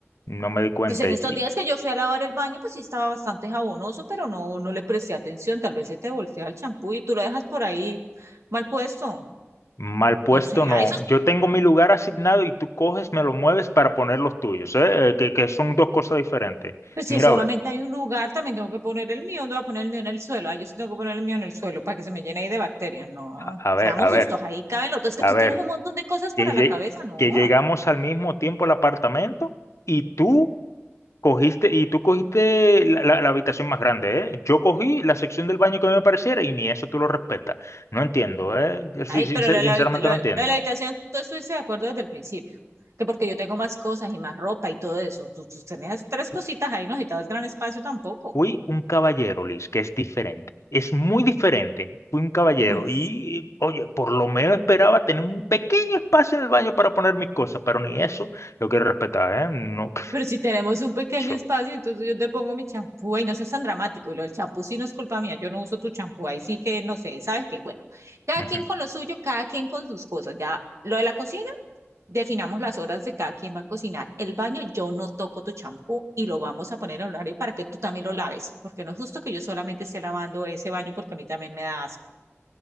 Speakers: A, on the left (about 80°); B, on the right (about 80°).
A: No me di cuenta.
B: Pues en
A: Y,
B: estos
A: y
B: días que yo fui a lavar el baño, pues sí estaba bastante jabonoso, pero no, no le presté atención. Tal vez se te voltea el champú y tú lo dejas por ahí mal puesto.
A: mal puesto,
B: No sé,
A: no.
B: a eso,
A: Yo tengo mi lugar asignado y tú coges, me lo mueves para poner los tuyos, ¿eh? Que, que son dos cosas diferentes.
B: Pues
A: Mira,
B: si solamente
A: a ver,
B: hay un lugar, también tengo que poner el mío, ¿dónde voy a poner el mío en el suelo. Ah, yo sí tengo que poner el mío en el suelo para que se me llene ahí de bacterias. No,
A: a a ver,
B: seamos
A: a ver.
B: justos, ahí caben los dos. Es que
A: A
B: tú
A: ver,
B: tienes un montón de cosas para
A: que, lle-
B: la cabeza, no.
A: que llegamos al mismo tiempo al apartamento y tú cogiste, y tú cogiste la, la- la habitación más grande, ¿eh? Yo cogí la sección del baño que a mí me pareciera y ni eso tú lo respetas. No entiendo, ¿eh? Eh, Sí,
B: Ay,
A: sincer-
B: pero lo de
A: sinceramente
B: la, habita- lo
A: no
B: de
A: entiendo.
B: lo de la habitación, tú estuviste de acuerdo desde el principio. Que porque yo tengo más cosas y más ropa y todo eso. Tú, tú tenías tres
A: Fu-
B: cositas ahí, no necesitabas gran espacio tampoco.
A: Fui un caballero, Liz, que es diferente. Es muy diferente. Fui un caballero
B: Ay,
A: y, oye, por lo menos esperaba tener un pequeño espacio en el baño para poner mis cosas, pero ni eso lo quiero respetar, ¿eh? No, <laughs>
B: Pero si tenemos un pequeño
A: yo.
B: espacio, entonces yo te pongo mi champú, y no seas tan dramático. Y lo del champú sí no es culpa mía, yo no uso tu champú, ahí sí que no sé, ¿sabes qué? Bueno, cada
A: Ujú,
B: quien con lo suyo, cada quien con sus cosas. Ya lo de la cocina, definamos las horas de cada quien va a cocinar. El baño, yo no toco tu champú y lo vamos a poner en horario para que tú también lo laves, porque no es justo que yo solamente esté lavando ese baño porque a mí también me da asco.